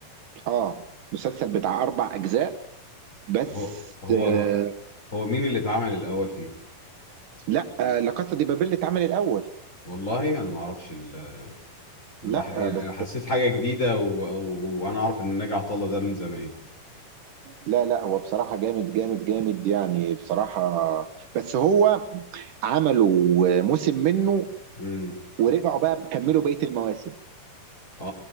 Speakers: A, on the right; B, on the left.
A: اه مسلسل بتاع اربع اجزاء بس
B: هو هو
A: آه
B: هو مين اللي اتعمل الاول فيهم
A: لا آه لا كاسا دي بابل اتعمل الاول
B: والله انا ما اعرفش ال...
A: لا
B: انا بح... يعني
A: آه بس
B: انا حسيت حاجه جديده و... و... وانا اعرف ان ناجي عطا الله ده من زمان
A: لا لا هو بصراحه جامد جامد جامد يعني بصراحه بس هو عملوا موسم منه
B: امم
A: ورجعوا بقى كملوا بقيه المواسم
B: اه